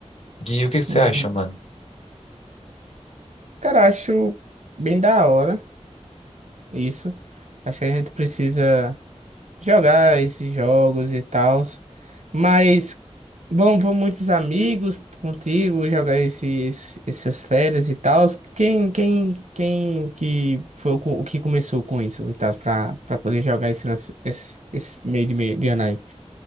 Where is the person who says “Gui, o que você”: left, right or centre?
Left